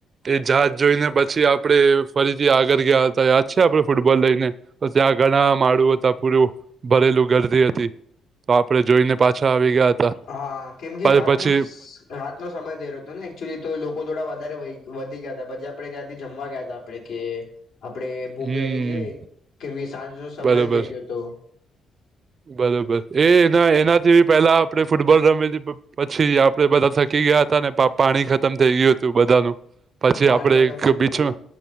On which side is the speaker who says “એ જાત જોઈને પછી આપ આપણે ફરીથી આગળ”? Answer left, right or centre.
Right